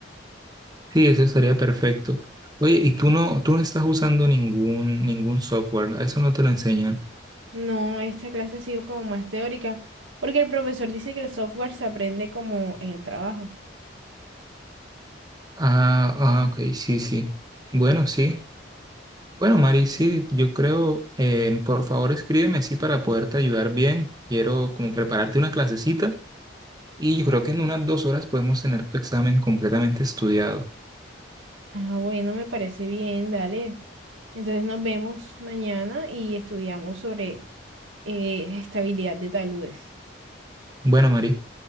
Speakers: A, on the right; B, on the right.
A: Sí, eso estaría perfecto. Oye, y tú no, tú no estás usando ningún, ningún software, ¿no? Eso no te lo enseñan.
B: No, esta clase ha sido como más teórica, porque el profesor dice que el software se aprende como en el trabajo.
A: Ah, ah, ok, sí, sí. Bueno, sí. Bueno, Mari, sí, yo creo, eh, por favor escríbeme así para poderte ayudar bien. Quiero como prepararte una clasecita Y yo creo que en unas dos horas podemos tener tu examen completamente estudiado.
B: Ah, bueno, me parece bien, dale. Entonces nos vemos mañana y estudiamos sobre eh, estabilidad de taludes.
A: Bueno, Mari,